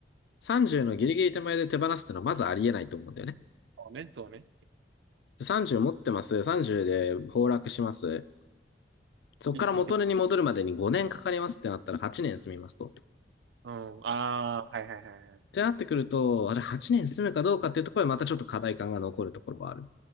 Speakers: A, on the left; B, on the right.
A: 30のギリギリ手前で手放すってのはまずありえないと思うんだよね。
B: そうね、そうね。
A: 30持ってます。30で崩落します。そこから元値に戻るまでに5年かかりますってなったら8年住みますと。
B: 一時的。
A: っ
B: うん。ああ、はいはいはいはい。
A: てなってくると、あれ8年住むかどうかっていうところでまたちょっと課題感が残るところはある。